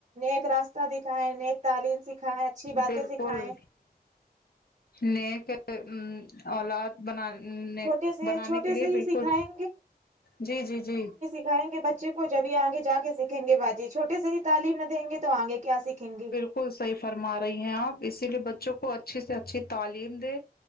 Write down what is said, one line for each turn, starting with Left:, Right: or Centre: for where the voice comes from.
Right: نیک راستہ دکھائےیں نیک تعلیم سکھائےیں اچھی باتیں
Left: بالکل
Right: سکھائیں
Left: نیک ا اولاد بنانے
Right: چھوٹے سے
Left: بنانے
Right: چھوٹے
Left: کے لیے
Right: سے
Left: بالکل
Right: ہی سکھائیں
Left: جی جی جی
Right: ائیں گے بچے کو جبھی آگے جا کے سیکھیں گے باجی چھوٹے سے ہی تعلیم نہ دیں گے تو تو آگے کیا سیکھیں گے
Left: بالکل صحیح فرما رہی ہیں آپ اسی لیے بچوں کو اچھی سے اچھی تعلیم دیں